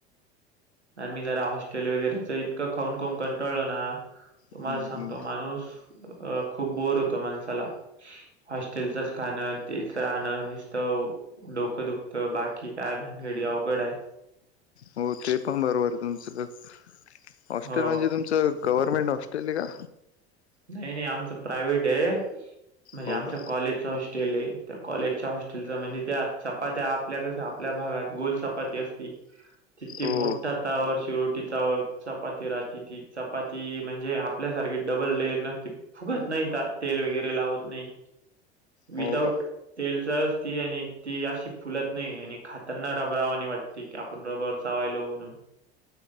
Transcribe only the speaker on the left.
हम्म,
हो ते पण बरोबर तुमचं. हॉस्टेल,
म्हणजे तुमचं, गवर्नमेंट, हॉस्टेल हाय का?
हो
का
हो
हो
का